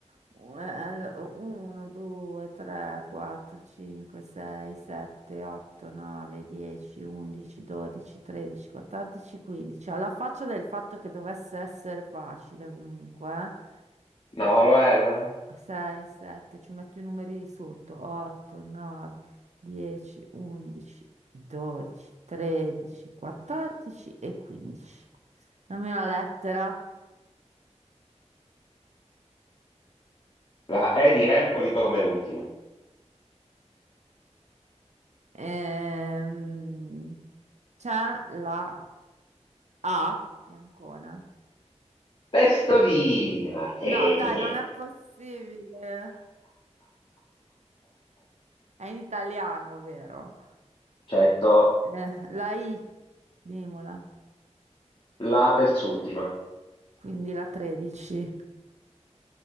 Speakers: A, on the right; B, on the left.
A: Eh, 1, 2, 3, 4, 5, 6, 7, 8, 9, 10, 11, 12, 13, 14, 15. Alla faccia del fatto che dovesse essere facile comunque.
B: No, lo è, lo è.
A: 6, 7, ci metto i numeri sotto. 8, 9, 10, 11, 12, 13, 14 e 15. Dammi una lettera.
B: La E di Empoli come ultima.
A: Ehm, c'è la A di Ancona.
B: Testolina, sì.
A: No, dai, non è possibile. È in italiano, vero?
B: Certo,
A: Eh, la I di Imola,
B: la terz'ultima.
A: quindi la 13.